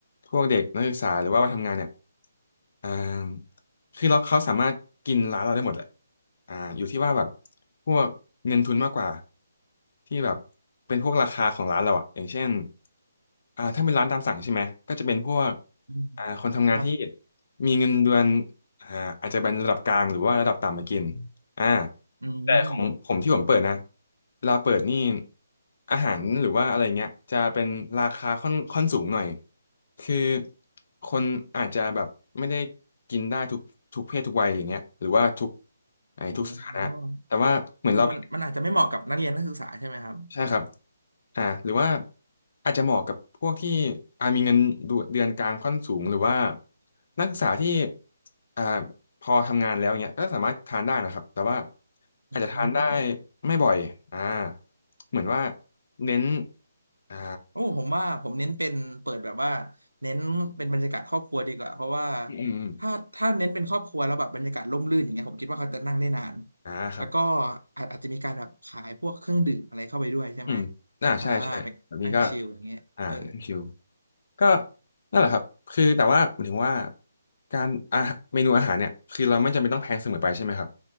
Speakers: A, on the left; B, on the right.
A: พวกเด็กนักศึกษาหรือว่าวัยทำงานเนี่ยอ่าคือเราเขาสามารถกินร้านเราได้หมดแหละอ่าอยู่ที่ว่าแบบพวกเงินทุนมากกว่าที่แบบเป็นพวกราคาของร้านเราอะอย่างเช่นอ่าถ้าเป็นร้านตามสั่งใช่ไหม ก็จะเป็นพวก
B: อืม
A: อ่าคนทำงานที่
B: ครับ
A: มีเงินเดือนอ่าอาจจะเป็นระดับกลางหรือว่าระดับต่ำมากินอ่า
B: อืม
A: แต่ของผมที่ผมเปิดนะ
B: ครับ
A: เวลาเปิดนี่อาหารหรือว่าอะไรเงี้ยจะเป็นราคาค่อนค่อนสูงหน่อยคือคนอาจจะแบบไม่ได้กินได้ทุกทุกเพศทุกวัยอย่างเงี้ยหรือว่าทุกไอ้ทุกสถานะแต่ว่าเหมือนเรา
B: อ๋อคือมันมันอาจจะไม่เหมาะกับนักเรียนนักศึกษาใช่ไหมครับ
A: ใช่ครับอ่าหรือว่าอาจจะเหมาะกับพวกที่อ่ามีเงินเดือนเดือนกลางค่อนสูงหรือว่านักศึกษาที่อ่าพอทำงานแล้วเนี้ยก็สามารถทานได้นะครับ แต่ว่าอาจจะทานได้
B: อืม
A: ไม่บ่อยอ่าเหมือนว่าเน้น อ่า
B: โอ้ผมว่าผมเน้นเป็นเปิดแบบว่าเน้นเป็นบรรยากาศครอบครัวดีกว่าเพราะว่า
A: อืมอืมอม
B: ถ้าถ้าเน้นเป็นครอบครัวแล้วแบบบรรยากาศร่มรื่นอย่างเงี้ยผมคิดว่าเขาจะนั่งได้นาน
A: อ่าครับ
B: แล้วก็อาจอาจจะมีการแบบขายพวกเครื่องดื่มอะไรเข้าไปด้วยใช่ไหม
A: อืมอ่าใช่ใช่แบบนี้ก็
B: อ่าไปนั่งชิลอย่างเงี้ยเออ
A: อ่านั่นคิว ก็นั่นแหละครับ คือแต่ว่าหมายถึงว่าการอาหารเมนูอาหารเนี่ยคือเราไม่จำเป็นต้องแพงเสมอไปใช่ไหมครับ